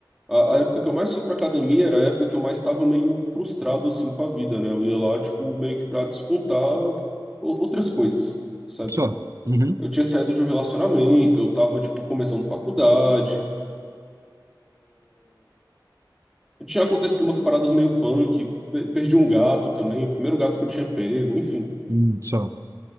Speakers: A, in the centre; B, on the right (about 45°).
A: a, a época que eu mais fui pra academia era a época que eu mais estava meio frustrado assim com a vida, né? Eu ia lá, tipo, meio que pra descontar o- outras coisas, sabe?
B: Só. Uhum.
A: Eu tinha saído de um relacionamento, eu tava, tipo, começando faculdade. Tinha acontecido umas paradas meio punk, pe- perdi um gato também, o primeiro gato que eu tinha pego, enfim.
B: Hum, Só.